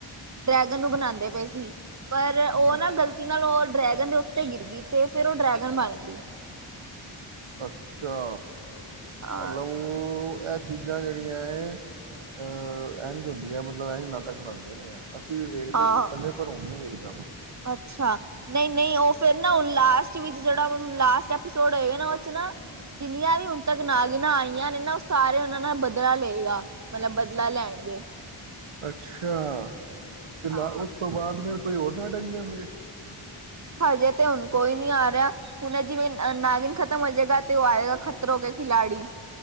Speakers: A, on the right; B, on the right.
A: ਡਰੈਗਨ ਨੂੰ ਬਣਾਨ ਦੇ ਪਏ ਸੀ ਪਰ
B: ਹੂੰ
A: ਉਹ ਨਾ ਗਲਤੀ ਨਾਲ ਉਹ ਡਰੈ ਦੇ ਉੱਤੇ ਗਿਰ ਗਈ ਤੇ। ਫਿਰ ਉਹ ਡਰੈਗਨ ਬਣ ਗਈ।
B: ਅੱਛਾ।
A: ਹਾਂ
B: ਮਤਲਬ ਉਹ ਇਹ ਚੀਜ਼ਾਂ ਜਿਹੜੀਆਂ ਏ, ਅ--ਇੰਝ ਹੁੰਦੀਆਂ ਮਤਲਬ ਇੰਝ ਨਾਟਕ ਬਣਾਉਂਦੇ ਨੇ ਐ। ਅਸੀਂ ਵੀ ਵੇਖਦੇ
A: ਹਾਂ
B: ਸੀ ਪਹਿਲੇ ਪਰ ਹਣ ਨੀ ਵੇਖਦੇ। ਰਮਾਂ।
A: ਅੱਛਾ ਨਹੀਂ ਨਹੀਂ ਉਹ ਫੇਰ ਨਾ ਹੁਣ ਲਾਸਟ ਵਿੱਚ ਜਿਹੜਾ ਹੁਣ ਲਾਸਟ ਐਪੀਸੋਡ ਹੋਏਗਾ ਨਾ ਉਰ ਚ ਨਾ ਜਿੰਨੀਆਂ ਵੀ ਹੁਣ ਤੱਕ ਨਾਗਿਨਾਂ ਆਈਆਂ ਨੇ ਨਾ ਉਹ ਸਾਰੇ ਉਨਾ ਨਾ ਬਦਲਾ ਲਏਗਾ ਮਤਲਬ ਬਦਲਾ ਲੈਣਗੇ।
B: ਅੱਛਾ। ਤੇ ਲ
A: ਹਾਂ
B: ਉਸ ਤੋਂ ਬਾਅਦ ਫਿਰ ਕੋਈ ਹੋਰ ਨਾਟਕ ਵੀ ਹਉਦੇ।
A: ਹਜੇ ਤੇ ਹੁਣ ਕੋਈ ਨਹੀਂ ਆ ਰਿਹਾ ਹੁਣ ਜਿਵੇਂ ਨਾਗਿਨ ਖਤਮ ਹੋ ਜਾਏਗਾ। ਤੇ ਉਹ ਆਏਗਾ ਖ਼ਤਰੋਂ ਕੇ ਖਿਲਾੜੀ।